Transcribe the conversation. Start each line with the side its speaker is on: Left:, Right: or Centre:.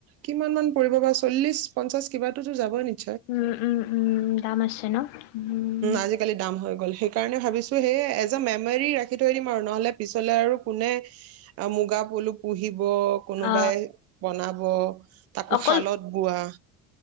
Right: কিমান মান পৰিব বা চল্লিশ পঞ্চাশ কিবাটোতো যাব ন
Left: উম উম উম দাম আছে ন উম
Right: আজিকালি দাম হৈ গ'ল সেইকাৰণে ভাবিছোঁ সেয়ে এজ এ মেমৰী ৰাখি থৈ দিম আৰু নহ'লে পিছলৈ আৰু কোনে মুগা পলু পুহিব কোনোবাই
Left: অ
Right: বনাব, তাকো
Left: অকল
Right: শালত বোৱা।